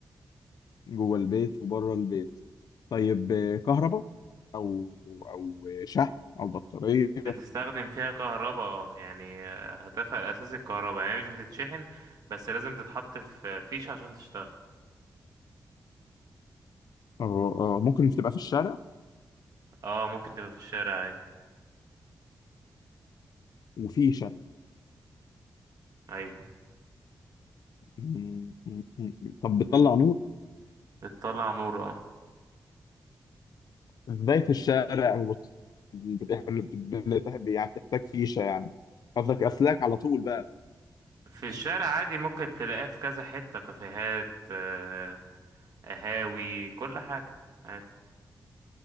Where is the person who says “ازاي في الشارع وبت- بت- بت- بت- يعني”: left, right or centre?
Left